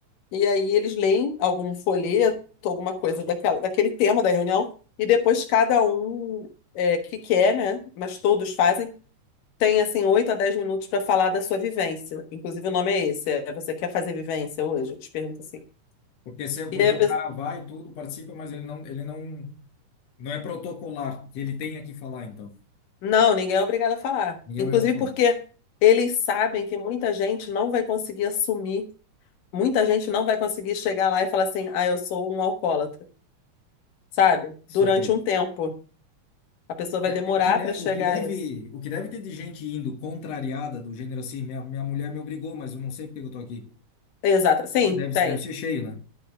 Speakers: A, on the left; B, on the left.
A: E aí eles leem algum folheto, alguma coisa daquela, daquele tema da reunião, e depois cada um é, que quer, né? Mas todos fazem, tem assim 8 a 10 minutos para falar da sua vivência. Inclusive o nome é esse, é Você quer fazer vivência hoje? Eles perguntam assim.
B: Porque, se,
A: E
B: porque
A: aí a
B: o
A: pessoa,
B: cara vai tudo, participa, mas ele não, ele não, não é protocolar, que ele tenha que falar, então.
A: não, ninguém é obrigado a falar.
B: Ninguém
A: Inclusive
B: é obrigado a falar.
A: porque eles sabem que muita gente não vai conseguir assumir, muita gente não vai conseguir chegar lá e falar assim, ah, eu sou um alcoólatra. sabe?
B: Só
A: Durante
B: que aí.
A: um tempo. A pessoa vai demorar
B: O que, de,
A: para chegar
B: o que deve,
A: a isso.
B: o que deve ter de gente indo contrariada, do gênero assim, minha, minha mulher me obrigou, mas eu não sei porque eu tô aqui.
A: Exato. Sim,
B: Deve,
A: tem.
B: deve ser cheio, né?